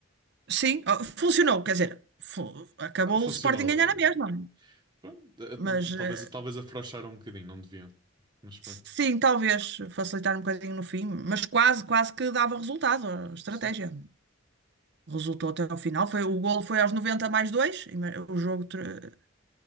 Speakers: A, on the right; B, on the right.
A: Sim, ó, funcionou, quer dizer, fu- acabou
B: Ah, funcionou.
A: o Sporting ganhar na mesma,
B: Pronto, eh,
A: mas eh,
B: talvez, talvez afrouxaram um bocadinho, não deviam. Mas
A: sim,
B: pronto,
A: talvez facilitar um bocadinho no fim, mas quase, quase que dava resultado a estratégia.
B: sim.
A: Resultou até ao final, foi, o golo foi aos 90 mais dois, o jogo tre-